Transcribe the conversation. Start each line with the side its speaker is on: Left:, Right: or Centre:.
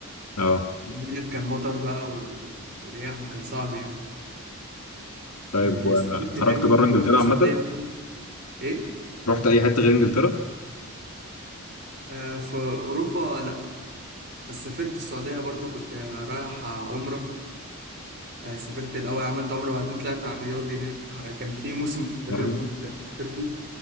Left: اه
Right: هناك كان مطر بقى و... ورياح وكان صعب يعني
Left: طيب
Right: وسافرت
Left: وخرجت
Right: تاني
Left: بره انجلترا
Right: ورحت السعودية
Left: عامة؟
Right: برضو ايه
Left: رحت اي حتة غير انجلترا؟
Right: آه في أوروبا لأ بس سافرت السعودية برضو كنت رايح عمرة آه سافرت الأول عملت عمرة بعدين طلعت على الرياض هناك آه، كان في موسم في
Left: برضه
Right: الرياض كنت محترده